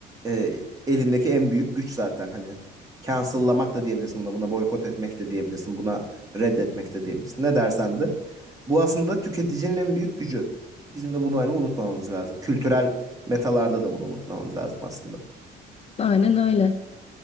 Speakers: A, on the right; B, on the left.
A: e, elindeki en büyük güç zaten hani. Cancel'lamak da diyebilirsin buna, buna boykot etmek de diyebilirsin, buna reddetmek de diyebilirsin. Ne dersen de. Bu aslında tüketicinin en büyük gücü. Bizim de bunu hani unutmamamız lazım. Kültürel metalarda da bunu unutmamamız lazım aslında.
B: <laughs> aynen öyle.